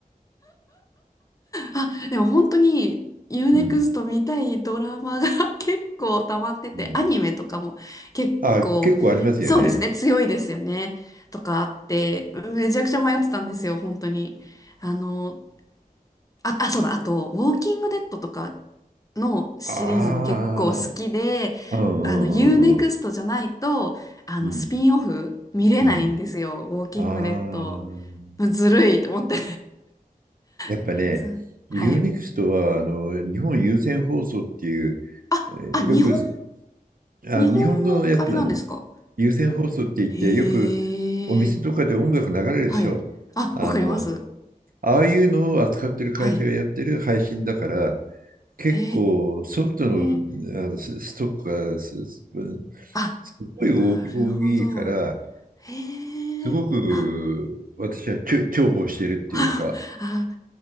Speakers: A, on the left; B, on the right.
A: あ、でも本当に u ネクスト見たいドラマが
B: うん。
A: <laughs> 結構溜まってて、
B: うん。
A: アニメとかも結構、
B: あ、結構ありますよね。
A: そうですね、強いですよね。とかあって、めちゃくちゃ迷ってたんですよ、本当に。あの、あ、あ、そうだ、あと、ウォーキングデッドとかのシリーズも結構好きで、
B: ああ、うんうんうんうん。
A: あの、u ネクストじゃないと、あの、
B: うん。
A: スピンオフ見れないんですよ、
B: うん。
A: ウォーキングデッド。
B: ああ。
A: ずるいと思って。
B: やっぱね、
A: <laughs> そうはい。
B: u n ク x トはあの日本有線放送っていう、
A: あ、
B: えーよく
A: あ、日本
B: あ日本のやつなんです。
A: 日本のあれなんですか
B: 有線放送って言って、
A: へえ。
B: よくお店とかで音楽流れるでしょ。
A: はい。あ、
B: あの、
A: わかります。
B: ああいうのを扱ってる会社がやってる配信だから、
A: はい。
B: 結構ソフトの、
A: へえ。
B: あのスストックがす、す
A: あ、
B: すごい大大きいから、
A: なるほど。へえ。
B: すごく私は重重宝してるっていうか。
A: あ、<laughs> あ、